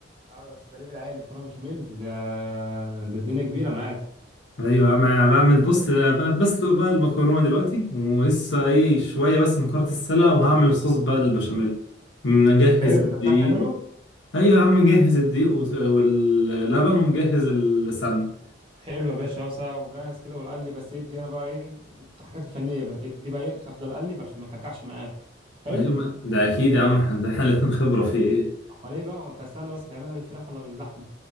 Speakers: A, on the right; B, on the left.
A: اه بس ده ليفل عالي مكرونه بشاميل ده ده الدنيا كبيره معاك
B: ايوه انا بعمل بص بس بقى المكرونه دلوقتي ولسه ايه شويه بس مكرونه السلة وهعمل صوص بقى البشاميل مجهز
A: حلو
B: الدقيق
A: ده بتعرف تعمله
B: ايوه يا عم مجهز الدقيق واللبن ومجهز السمنه
A: حلو يا باشا اه ساعة وجاهز كده والقلي بس ادي انا بقى ايه الحاجات الفنيه بقى ادي بقى ايه افضل اقلب عشان ما اكلكعش معاك حلو
B: أيوة، ما- ده اكيد يا عم احنا ده احنا الاتنين خبره في ايه
A: امال ايه بقى وانت استنى بس هتعملها بالفراخ ولا باللحمه